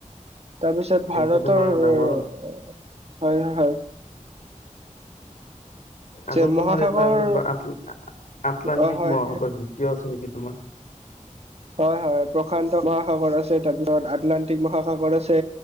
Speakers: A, on the right; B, on the left.
A: তাৰপিছত
B: সেইটো
A: ভাৰতৰ।
B: তোমাৰ
A: হয়
B: ডাঙৰ
A: হয়!
B: আৰু
A: যে
B: তোমাৰ
A: মহাসাগৰ
B: এটা আছে কিবা আ-আটলান্টিক
A: অ হয়
B: মহাসাগৰ দ্বিতীয় আছে নেকি তোমাৰ।
A: হয় হয়, প্ৰশান্ত মহাসাগৰ আছে তাৰপিছত আটলান্টিক মহাসাগৰ আছে।